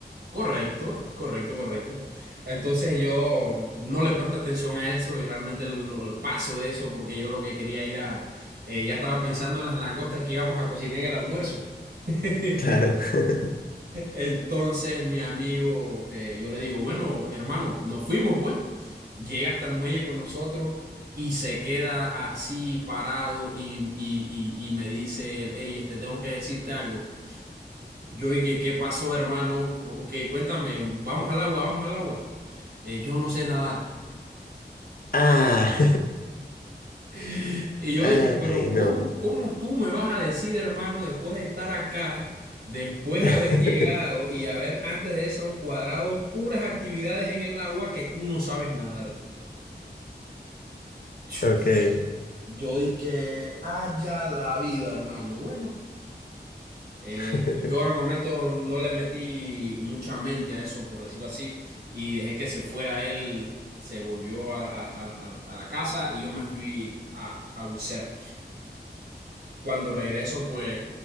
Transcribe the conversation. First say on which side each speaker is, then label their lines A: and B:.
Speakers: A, on the right; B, on the left.
A: Correcto, correcto, correcto. Entonces yo no le presto atención a eso y realmente lo- paso de eso porque yo lo que quería ir a, eh, ya estaba pensando en las langostas que íbamos a cocinar en el almuerzo. <laughs>
B: claro. <laughs>
A: Entonces mi amigo, eh, yo le digo, bueno, hermano, nos fuimos pues. Llega hasta el muelle con nosotros y se queda así parado y, y, y, y me dice, hey, este, tengo que decirte algo. Yo dije, ¿qué pasó, hermano? Que cuéntame, vamos al agua, vamos al agua. "Eh, yo no sé nadar.
B: Ah,
A: Y yo
B: <laughs>
A: dije, pero
B: ay,
A: ¿cómo,
B: no.
A: cómo tú me vas a decir, hermano, después de estar acá, después
B: <laughs>
A: de haber llegado y haber antes de eso cuadrado puras actividades en el agua que tú no sabes nadar? Chus.
B: Ok.
A: Yo dije, haya la vida, hermano. Bueno, eh,
B: <laughs>
A: yo al momento no le metí mucha mente a eso, por decirlo así, y dejé que se fuera él, se volvió a, a a- a- a la casa y yo me fui a, a bucear. Cuando regreso, pues